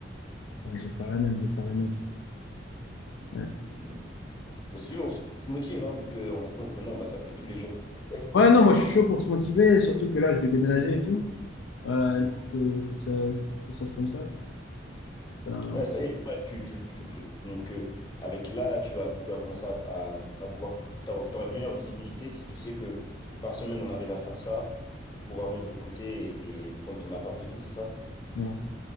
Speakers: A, on the left (about 70°); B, on the left (about 25°).
A: Ouais, je vais faire la même, je vais faire la même. Ouais.
B: Mm, mm. Et si on se motive, hein, vu que on- <laughs> maintenant on va s'appeler tous les jours. <laughs>
A: Ouais, non, moi je suis chaud pour se motiver, surtout que là je vais déménager et tout. Euh,
B: Mm.
A: Il faut que, faut que ça, ça- ça se fasse comme ça. Putain,
B: Ouais, ça y est, ouais, tu, tu, tu, pré- donc euh, avec là, là, tu vas, tu vas commencer à, à, à pouvoir, t'aur- t'auras une meilleure visibilité si tu sais que par semaine on arrive à faire ça pour pouvoir mettre de côté et, et prendre ton appart et tout, c'est ça?
A: ouais.